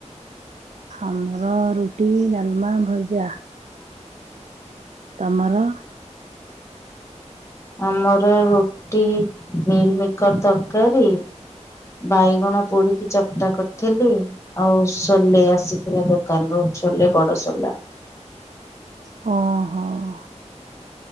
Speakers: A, on the right (about 75°); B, on the left (about 25°).
A: ଆମର ରୁଟି, ଡାଲମା, ଭଜା। ତମର?
B: ଆମର ରୁଟି, ମିଲମିକର ତରକାରୀ ବାଇଗଣ ପୋଡିକି ଚକଟା କରିଥିଲି। ଆଉ ସୋଲେ ଆସିଥିଲା, ଦୋକାନରୁୁ ଛୋଲେ ବଡ, ସୋଲା।
A: ହଁ, ହଁ।